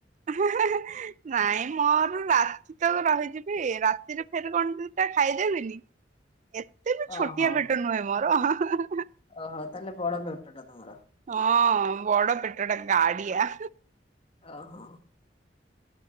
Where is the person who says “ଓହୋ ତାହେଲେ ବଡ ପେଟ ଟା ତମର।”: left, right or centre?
Left